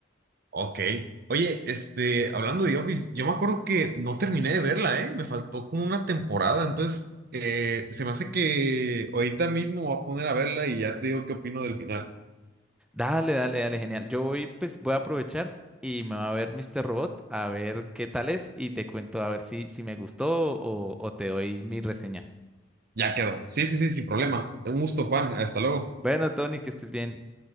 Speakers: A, on the right; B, in the centre.
A: Ok. Oye, este, hablando de Office, yo me acuerdo que no terminé de verla, ¿eh? Me faltó como una temporada, entonces eh, se me hace que ahorita mismo voy a poner a verla y ya te digo qué opino del final.
B: Dale, dale, dale, genial. Yo voy, pues voy a aprovechar y me va a ver Mr. Robot a ver qué tal es y te cuento a ver si, si me gustó o, o te doy mi reseña.
A: Ya quedó. Sí, sí, sí, sin problema. Un gusto, Juan. Hasta luego.
B: Bueno, Tony, que estés bien.